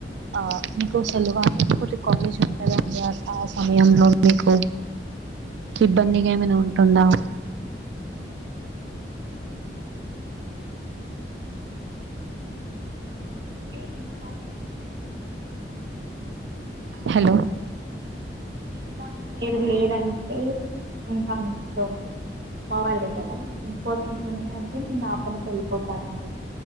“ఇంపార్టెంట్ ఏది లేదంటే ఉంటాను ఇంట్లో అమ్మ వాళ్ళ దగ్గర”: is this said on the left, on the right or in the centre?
Right